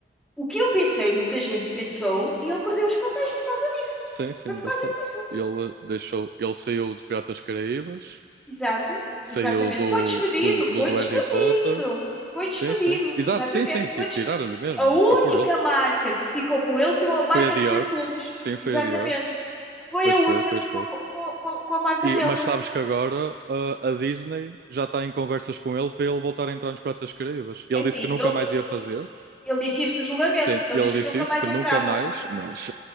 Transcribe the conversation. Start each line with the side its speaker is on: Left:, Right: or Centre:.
Centre: O que eu pensei, muita gente pensou, e ele perdeu os papéis por causa disso.
Right: Sim, sim,
Centre: Foi por
Right: bastante.
Centre: causa disso.
Right: Ele deixou, ele saiu de Piratas Caraíbas,
Centre: Exato,
Right: saiu
Centre: exatamente.
Right: do,
Centre: Foi despedido,
Right: do,
Centre: foi
Right: do, do
Centre: despedido,
Right: Harry Potter.
Centre: foi despedido,
Right: Sim, sim. Exato,
Centre: exatamente.
Right: sim, sim. ti-
Centre: Foi
Right: Tiraram-lhe
Centre: despe-
Right: mesmo,
Centre: A única
Right: não foi por ele.
Centre: marca que ficou com ele foi uma marca
Right: Foi a Dior.
Centre: de perfumes,
Right: Sim, foi
Centre: exatamente.
Right: a Dior.
Centre: Foi
Right: Pois
Centre: a única
Right: foi, pois
Centre: que ficou
Right: foi.
Centre: co- co- co- com, a marca
Right: E,
Centre: dele.
Right: mas sabes que agora ah, a Disney já está em conversas com ele para ele voltar a entrar nos Piratas Caraíbas. Ele
Centre: É assim,
Right: disse que nunca
Centre: ele,
Right: mais ia fazer,
Centre: ele disse isso no julgamento,
Right: Sim,
Centre: ele
Right: e ele
Centre: disse
Right: disse
Centre: que nunca
Right: isso,
Centre: mais
Right: que nunca
Centre: entrava.
Right: mais, mas